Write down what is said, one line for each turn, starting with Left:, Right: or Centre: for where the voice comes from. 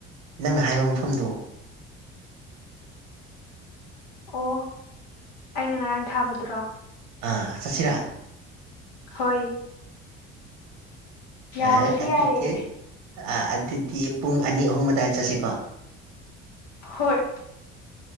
Right: ꯅꯪꯅ ꯍꯥꯏꯕ ꯃꯐꯝꯗꯣ
Left: ꯑꯣ ꯑꯩꯅ ꯉꯔꯥꯡ ꯊꯥꯕꯗꯨꯔꯣ
Right: ꯑꯥ ꯆꯠꯁꯤꯔꯥ
Left: ꯍꯣꯏ ꯌꯥꯕꯨꯗꯤ
Right: ꯑꯦ ꯑꯗꯨꯗꯤ
Left: ꯌꯥꯏꯑꯦ
Right: ꯑꯥ ꯑꯗꯨꯗꯤ ꯄꯨꯡ ꯑꯅꯤ ꯑꯍꯨꯝ ꯑꯗꯋꯥꯏꯗ ꯆꯠꯁꯤꯀꯣ
Left: ꯍꯣꯏ